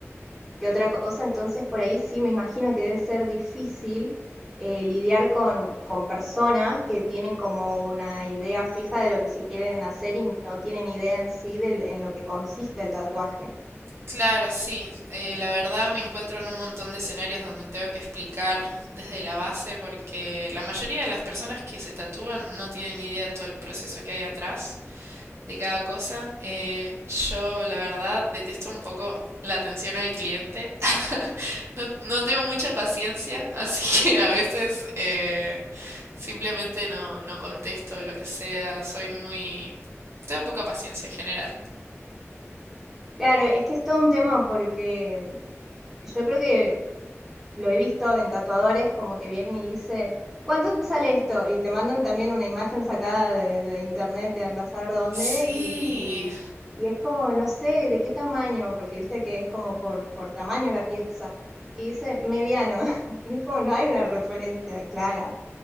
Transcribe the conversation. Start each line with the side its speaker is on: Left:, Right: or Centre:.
Centre: que otra cosa. Entonces, por ahí sí me imagino que debe ser difícil eh, lidiar con, con personas que tienen como una idea fija de lo que se quieren hacer y no tienen idea en sí de, en lo que consiste el tatuaje.
Right: Claro, sí. Eh, la verdad me encuentro en un montón de escenarios donde tengo que explicar desde la base porque la mayoría de las personas que se tatúan no tienen ni idea de todo el proceso que hay atrás de cada cosa. Eh, yo, la verdad, detesto un poco la atención al cliente. <laughs> No, no tengo mucha paciencia, <laughs> así que a veces eh, simplemente no, no contesto lo que sea. Soy muy... Tengo poca paciencia en general.
Centre: Claro, es que es todo un tema porque yo creo que lo he visto en tatuadores como que vienen y dice, ¿cuánto sale esto? Y te mandan también una imagen sacada de, de internet de andar a saber dónde
Right: Sí,
Centre: y, y, y es como, no sé, de qué tamaño, porque viste que es como por, por tamaño la pieza. Y dice mediano, <laughs> y es como no hay una referencia clara.